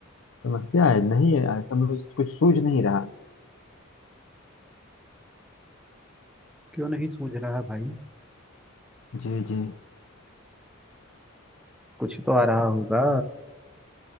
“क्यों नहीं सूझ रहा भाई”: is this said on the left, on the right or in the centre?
Centre